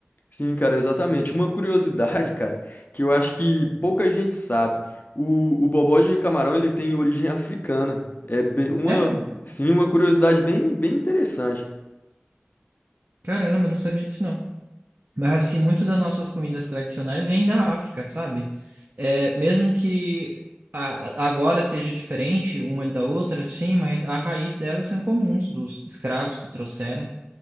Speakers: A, on the left (about 45°); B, on the right (about 55°).
A: Sim, cara, exatamente. Uma curiosidade, <laughs> cara, que eu acho que pouca gente sabe. O, o bobó de camarão, ele tem origem africana. É bem, uma,
B: Sério?
A: sim, uma curiosidade bem, bem interessante.
B: Caramba, eu não sabia disso não. Mas assim, muito das nossas comidas tradicionais vêm da África, sabe? É, mesmo que a- agora seja diferente uma da outra, sim, mas a raiz delas são comuns, dos escravos que trouxeram.